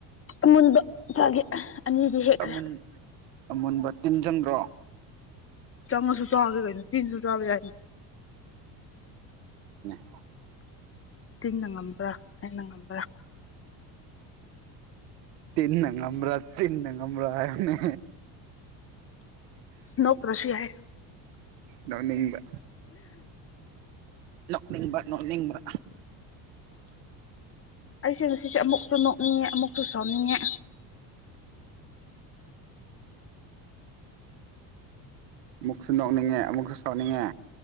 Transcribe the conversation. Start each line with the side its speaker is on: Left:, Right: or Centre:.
Left: ꯑꯃꯨꯟꯕ ꯆꯥꯒꯦ ꯑꯅꯤꯗꯤ ꯍꯦꯛꯈ꯭ꯔꯦ
Right: ꯑꯃꯨꯟ ꯑꯃꯨꯟꯕ ꯇꯤꯟꯁꯤꯟꯗ꯭ꯔꯣ
Left: ꯆꯃ ꯁꯣ ꯆꯣꯕꯒꯅ ꯇꯤꯟꯁꯨꯣ ꯆꯕ ꯌꯥꯅ
Right: ꯎ <inaudible>
Left: ꯇꯤꯡꯅ ꯉꯝꯕ꯭ꯔꯥ ꯍꯩꯅ ꯉꯝꯕ꯭ꯔꯥ
Right: ꯇꯤꯟꯅ ꯉꯝꯕꯔ ꯆꯤꯟꯅ ꯉꯝꯕꯔꯥ ꯍꯥꯏꯅꯦ꯫
Left: ꯅꯣꯛꯇꯔꯁꯨ ꯌꯥꯏꯌꯦ꯫
Right: ꯅꯣꯛꯅꯤꯡꯕ ꯅꯣꯛꯅꯤꯡꯕ ꯅꯣꯛꯅꯤꯡꯕ꯫
Left: ꯑꯩꯁꯦ ꯉꯁꯤꯁꯦ ꯑꯃꯨꯛꯁꯨ ꯅꯣꯛ꯫ ꯃꯤ ꯑꯃꯨꯛꯁꯨ ꯁꯥꯎꯅꯤꯡꯉꯦ꯫
Right: ꯑꯃꯨꯛꯁꯨ ꯅꯣꯛꯅꯤꯡꯉꯦ ꯑꯃꯨꯛꯁꯨ ꯁꯥꯎꯅꯤꯡꯉꯦ꯫